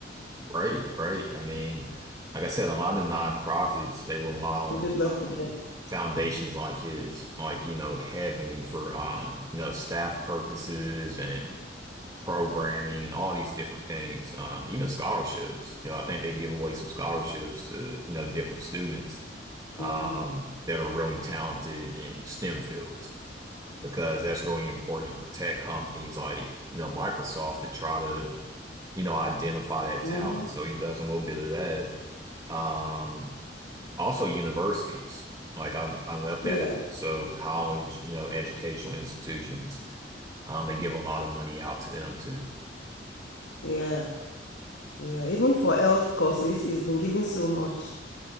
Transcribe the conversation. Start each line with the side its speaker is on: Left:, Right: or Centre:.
Right: Right, right. I mean, like I said, a lot of nonprofits they rely on
Left: good luck
Right: um,
Left: to them.
Right: foundations like his, like you know, Heavenly for um, you know, staff purposes and programming and all these different things. Um, even scholarships. You know, I think they give away some scholarships to you know different students
Left: hmm
Right: um, that are really talented in STEM fields because that's really important for tech companies like you know Microsoft to try to you know, identify that
Left: hmm
Right: talent. So he does a little bit of that. Um, also universities. Like I, I left
Left: Yeah,
Right: that out. So college, you know, educational institutions, um, they give a lot of money out to them too.
Left: yeah, yeah. Even for health courses, he's been giving so much.